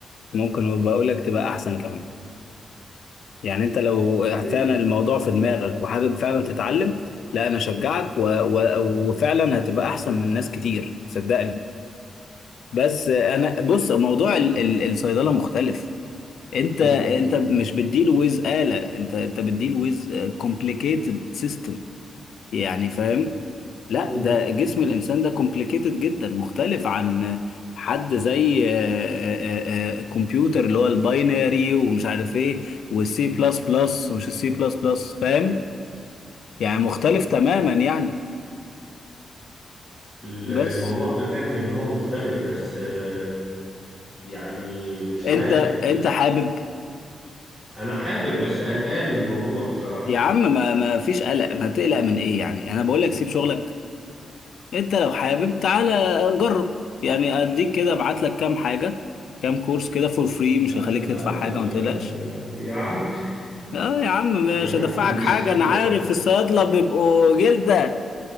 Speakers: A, on the left (about 75°); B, on the left (about 15°).
A: ممكن وبقول لك تبقى احسن كمان يعني انت لو
B: ايه
A: فعلا الموضوع في دماغك وحابب فعلا تتعلم لا انا اشجعك و... و... وفعلا هتبقى احسن من ناس كتير صدقني بس انا بص موضوع ال... ال... الصيدلة مختلف انت
B: امم
A: انت مش بتديل ويز آلة انت انت بتديل ويز كومبليكيتد سيستم يعني فاهم لا
B: امم
A: ده جسم الانسان ده كومبليكيتد جدا مختلف عن حد زي آه، آه، آه، كمبيوتر اللي هو الباينري ومش عارف ايه والسي بلس بلس ومش السي بلس بلس فاهم يعني مختلف تماما يعني
B: ال- الموضوع
A: بس
B: انا فاهم ان هو مختلف بس آه، يعني مش عارف
A: انت
B: يعني
A: انت حابب
B: انا حابب بس قلقان من الموضوع بصراحة
A: يا عم ما ما فيش قلق ما تقلق من ايه يعني انا بقول لك سيب شغلك انت لو حابب تعالى جرب يعني اديك كده ابعت لك كام حاجة كام كورس كده فور فري
B: لا
A: مش هخليك
B: ما
A: تدفع
B: أنا
A: حاجة ما تقلقش
B: يا عم
A: اه يا عم مش
B: يا
A: هدفعك
B: عم مش
A: حاجة
B: كده
A: أنا عارف الصيادلة بيبقوا جلدة